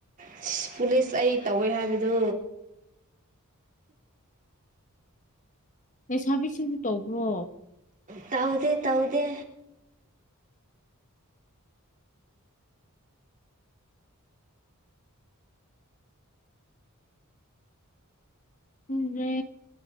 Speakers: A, on the right; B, on the left.
A: ꯑꯁ ꯄꯨꯂꯤꯁ ꯑꯩ ꯇꯧꯋꯦ ꯍꯥꯏꯕꯗꯣ
B: ꯂꯩꯁꯥꯕꯤꯁꯤꯡꯁꯨ ꯇꯧꯕ꯭ꯔꯣ
A: ꯇꯧꯗꯦ ꯇꯧꯗꯦ
B: ꯈꯪꯗ꯭ꯔꯦ